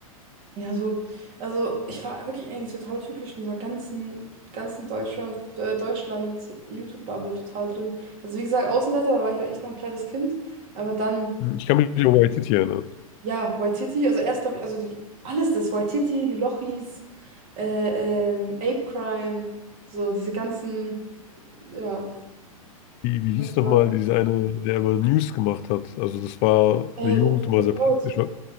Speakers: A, on the right (about 40°); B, on the left (about 35°).
A: Ja, so, also ich war wirklich eigentlich total typisch in dieser ganzen, ganzen Deutschland, äh, Deutschland YouTube-Bubble total drin. Also wie gesagt, Außenseiter, aber da war ich halt echt noch ein kleines Kind. Aber dann,
B: hm, ich kann mich nicht um YTT erinnern.
A: ja, Waititi, also erst glaube ich, also die, alles das, Waititi, die Lochis, äh, ähm, Ape Crime, so diese ganzen, ja,
B: Wie, wie
A: ganzen
B: hieß nochmal
A: Leute.
B: dieser eine, der immer News gemacht hat? Also das war
A: Äh,
B: in der Jugend immer
A: LeFloid,
B: sehr praktisch. weil-